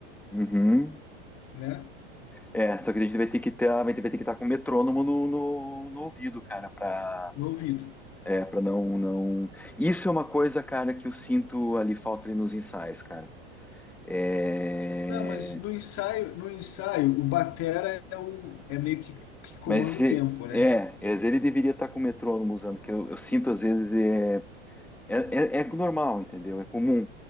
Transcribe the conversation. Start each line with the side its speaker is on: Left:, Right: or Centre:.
Centre: Uhum.
Left: né?
Centre: É, só que a gente vai ter que ter, vai ter, vai ter que estar com o metrônomo no, no, no ouvido, cara, pra,
Left: No ouvido.
Centre: é, pra não, não. Isso é uma coisa, cara, que eu sinto ali falta ali nos ensaios, cara. É...
Left: Não, mas no ensaio, no ensaio, o batera é o é meio que, que comanda
Centre: Mas
Left: o
Centre: é,
Left: tempo, né?
Centre: é, é, ele deveria estar com o metrônomo usando, que eu, eu sinto às vezes é, é, é, é normal, entendeu? É comum.